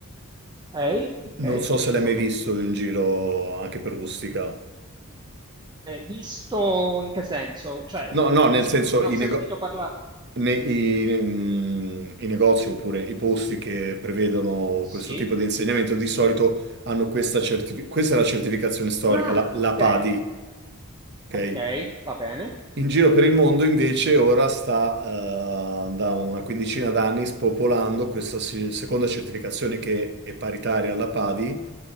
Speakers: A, on the right; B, on the right.
A: Ok, Ok,
B: Non so se
A: ci
B: l'hai
A: sono.
B: mai visto in giro anche per Ustica.
A: Eh, visto in che senso? Cioè,
B: No,
A: beh,
B: no,
A: beh,
B: nel senso
A: ne
B: i,
A: ho sentito
B: nego-
A: parlare.
B: ne- i- mm, i negozi oppure i posti che prevedono
A: Sì.
B: questo tipo di insegnamento di solito hanno questa certificazione, questa è la certificazione storica,
A: Ah,
B: la, la
A: ok,
B: PADI, ok?
A: ok, va bene.
B: In giro per il mondo invece ora sta eh, da una quindicina d'anni spopolando questa si- seconda certificazione che è paritaria alla PADI